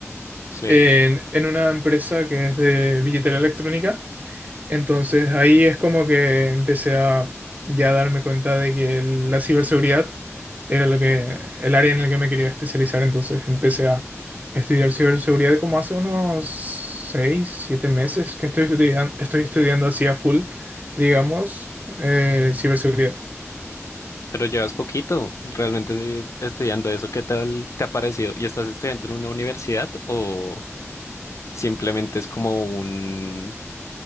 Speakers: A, on the left; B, on the right.
A: Sí.
B: en, en una empresa que es de billetera electrónica. Entonces ahí es como que empecé a ya darme cuenta de que el- la ciberseguridad era lo que, el área en la que me quería especializar. Entonces empecé a estudiar ciberseguridad como hace unos seis, siete meses que estoy estudiando, estoy estudiando así a full, digamos, eh, ciberseguridad.
A: Pero llevas poquito realmente eh, estudiando eso. ¿Qué tal te ha parecido? ¿Y estás estudiando en una universidad o simplemente es como un